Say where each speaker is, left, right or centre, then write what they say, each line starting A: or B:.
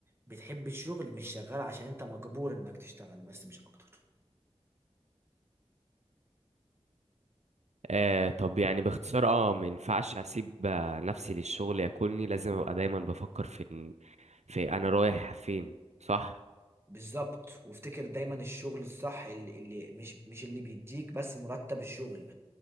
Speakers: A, on the right; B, on the right.
A: بتحب الشغل مش شغال عشان انت مجبور انك تشتغل بس مش اكتر
B: آه طب يعني باختصار اه ما ينفعش اسيب آه، نفسي للشغل ياكلني لازم ابقى دايما بفكر في إن- في انا رايح فين صح
A: بالظبط وافتكر دايما الشغل الصح اللي, اللي مش مش اللي بيديك بس مرتب الشغل